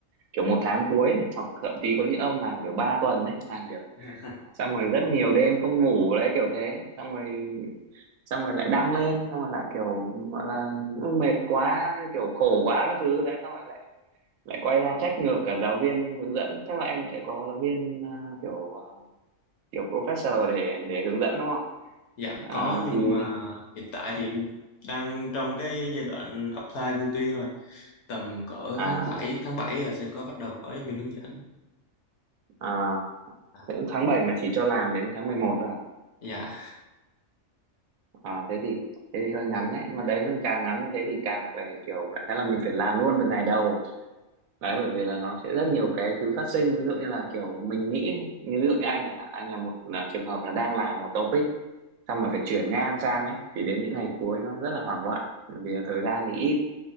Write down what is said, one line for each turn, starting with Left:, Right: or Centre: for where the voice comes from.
Right: kiểu một tháng cuối này hoặc thậm chí có những ông làm kiểu 3 tuần đấy làm kiểu
Left: <laughs>
Right: xong rồi rất nhiều đêm không ngủ đấy kiểu thế xong rồi xong rồi lại đăng lên xong rồi lại kiểu gọi là mệt quá kiểu khổ quá các thứ đấy xong rồi lại lại quay ra trách ngược cả giáo viên hướng dẫn chắc là em sẽ có giáo viên à, kiểu à, kiểu professor để để hướng dẫn đúng không
Left: Dạ
Right: à,
Left: có nhưng
Right: thì
Left: mà hiện tại thì đang trong cái giai đoạn apply công ty thôi tầm cỡ
Right: à,
Left: tháng bảy tháng bảy là sẽ có bắt đầu có giáo viên hướng dẫn
Right: à,
Left: à,
Right: tháng bảy mà chỉ cho làm đến tháng 11 thôi à?
Left: dạ
Right: à thế thì thế thì hơi ngắn đấy nhưng mà đấy càng ngắn như thế thì càng phải kiểu đại khái là mình phải làm luôn từ ngày đầu đấy bởi vì là nó sẽ rất nhiều cái thứ phát sinh ví dụ như là kiểu mình nghĩ như ví dụ như anh chẳng hạn anh là một là trường hợp là đang làm một topic xong rồi phải chuyển ngang sang ấy thì đến những ngày cuối nó rất là hoảng loạn bởi vì là thời gian thì ít